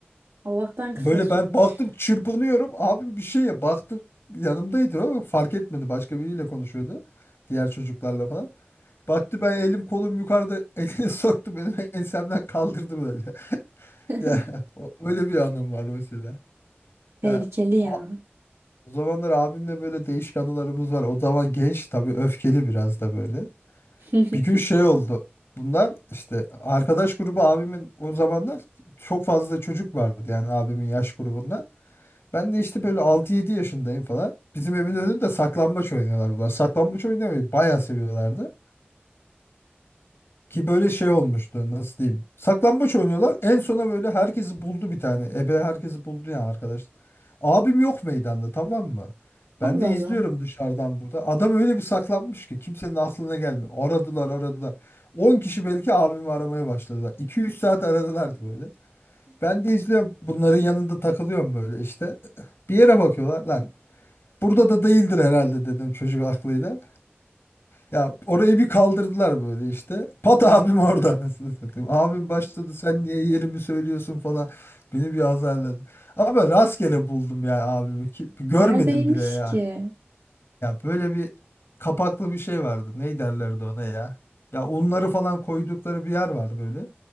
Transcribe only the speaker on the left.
Böyle
ben baktım çırpınıyorum. Abim bir şeye baktı yanımdaydı o fark etmedi. Başka biriyle konuşuyordu. Diğer çocuklarla falan. Baktı ben elim kolum yukarıda <laughs> elini soktu benim ensemden kaldırdı böyle. <laughs>
Ya o- öyle bir anım var mesela.
Ya
a- o zamanlar abimle böyle değişik anılarımız var. O zaman genç tabii öfkeli biraz da böyle.
Bir gün şey oldu. Bunlar işte arkadaş grubu abimin o zamanlar çok fazla çocuk vardı yani abimin yaş grubunda. Ben de işte böyle altı yedi yaşındayım falan. Bizim evin önünde saklambaç oynuyorlar bunlar. Saklambaç oynamayı bayağı seviyorlardı. Ki böyle şey olmuştu nasıl diyeyim. Saklambaç oynuyorlar. En sona böyle herkesi buldu bir tane. Ebe herkesi buldu ya arkadaş. Abim yok meydanda tamam mı?
Ben de izliyorum
dışarıdan burada. Adam öyle bir saklanmış ki kimsenin aklına gelmiyor. Aradılar aradılar. on kişi belki abimi aramaya başladılar. 200 saat aradılardı böyle. Ben de izliyorum. Bunların yanında takılıyorum böyle işte. Bir yere bakıyorlar lan. Burada da değildir herhalde dedim çocuk aklıyla. Ya orayı bir kaldırdılar böyle işte. Pat abim orada <laughs> anasını satayım. Abim başladı sen niye yerimi söylüyorsun falan. Beni bir azarladı. Ama rastgele buldum ya abimi. Ki, görmedim
bile ya.
Ya böyle bir kapaklı bir şey vardı. Ne derlerdi ona ya? Ya unları falan koydukları bir yer var böyle.